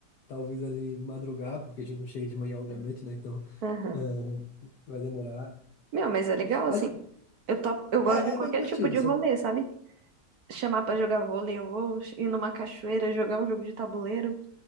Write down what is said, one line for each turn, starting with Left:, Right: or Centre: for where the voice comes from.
Left: talvez ali madrugar, porque a gente não chega de manhã, obviamente, né? Então,
Right: Aham.
Left: ah, vai demorar.
Right: Meu, mas é legal assim.
Left: Mas
Right: Eu topo, eu gosto
Left: é,
Right: de qualquer
Left: é bem divertido,
Right: tipo de
Left: sabe?
Right: rolê, sabe? Chamar pra jogar vôlei, eu vou ir numa cachoeira, jogar um jogo de tabuleiro,